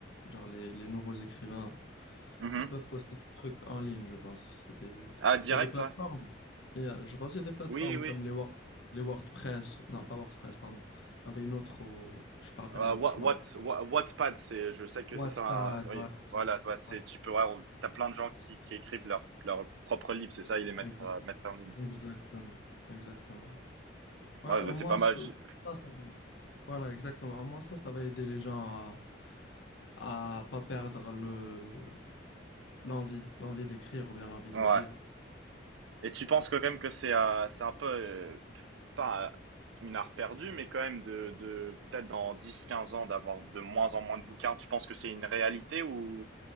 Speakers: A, on the left; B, on the right.
A: genre les, les nouveaux écrivains
B: mhm
A: Ils peuvent poster des trucs en ligne, je pense. C'est des...
B: Ah direct,
A: Il y a des plateformes.
B: ouais.
A: Il y a- je pense qu'il y a des plateformes
B: Oui, oui.
A: comme les, Wor- les WordPress. Non, pas WordPress, pardon. Il y en avait une autre au... Je me rappelle...
B: Ah Wa
A: Je
B: what
A: me rappelle.
B: Wa Wattpad, c'est je sais que
A: Wattpad,
B: ça sert à oui,
A: voilà, exactement.
B: voilà, ouais, c'est
A: What-
B: tu peux ouais, t'as plein de gens qui qui écrivent leur leur propre livre c'est ça? Ils les mettent,
A: exact-
B: heu, mettent en ligne.
A: Exactement. Exactement. Ouais,
B: Ouais,
A: au
B: bah, c'est
A: moins,
B: pas mal,
A: ça,
B: tu
A: ça, ça va. Voilà, exactement. Au moins, ça, ça va aider les gens à à pas perdre le... L'envie, l'envie d'écrire ou bien l'envie
B: ouais
A: de lire.
B: et tu penses que quand même que c'est, heu, c'est un peu, heu, pas, heu, une art perdue, mais quand même de de peut-être dans dix quinze ans d'avoir de moins en moins de bouquins, tu penses que c'est une réalité ou